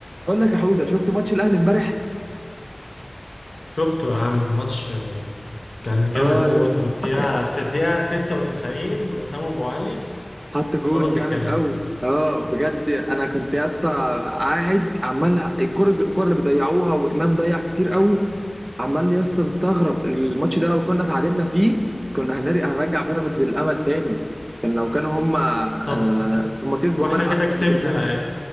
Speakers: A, on the right; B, on the left.
A: بقول لك يا حوده شفت ماتش الاهلي امبارح
B: شفته يا عم ماتش آه، كان جامد
A: اه
B: موت
A: يا اسطى
B: والدقيقة في الدقيقة 96 وسام أبو علي
A: حط
B: خلاص
A: جون جامد
B: الكلام
A: قوي اه بجد انا كنت يا اسطى قاعد عمال الكره الكره اللي بيضيعوها وامام ضيع كتير قوي عمال يا اسطى مستغرب الماتش ده لو كنا تعادلنا فيه كنا هنر- هنرجع بيراميدز للامل تاني كان لو كانوا هم آه
B: طب
A: هم كسبوا
B: واحنا
A: امبارح
B: كده
A: اصلا
B: كسبنا
A: بتروجيت
B: ايه